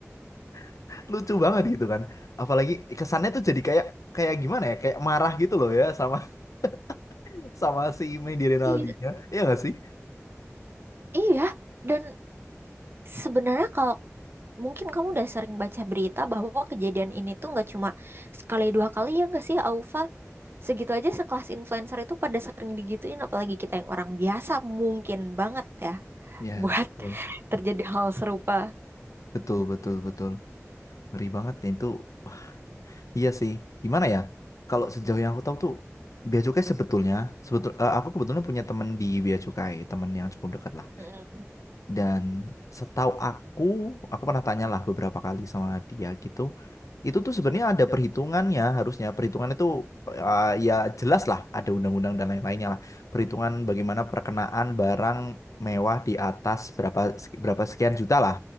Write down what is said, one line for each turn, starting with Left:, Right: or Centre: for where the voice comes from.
Left: <laughs> Lucu banget gitu kan. Apalagi kesannya tuh jadi kayak kayak gimana ya, kayak marah gitu loh ya sama <laughs> sama si Medi Rinaldinya.
Right: Iya,
Left: Iya gak sih?
Right: iya. Dan sebenarnya kalau mungkin kamu udah sering baca berita bahwa kejadian ini tuh nggak cuma sekali dua kali ya nggak sih, Aufa? Segitu aja sekelas influencer itu pada sering digituin, apalagi kita yang orang biasa mungkin banget ya
Left: Ya,
Right: buat
Left: betul.
Right: <laughs> terjadi hal serupa.
Left: Betul, betul, betul. Ngeri banget itu. Wah, iya sih. Gimana ya? Kalau sejauh yang aku tahu tuh Bea Cukai sebetulnya, sebetul, eh, aku kebetulan punya temen di Bea Cukai, temen yang cukup dekat lah.
Right: Mm-mm,
Left: Dan setahu aku, aku pernah tanyalah beberapa kali sama dia gitu. Itu tuh sebenarnya ada perhitungannya harusnya. Perhitungan itu eh, ya jelas lah ada undang-undang dan lain-lainnya lah. Perhitungan bagaimana perkenaan barang mewah di atas berapa berapa sekian juta lah.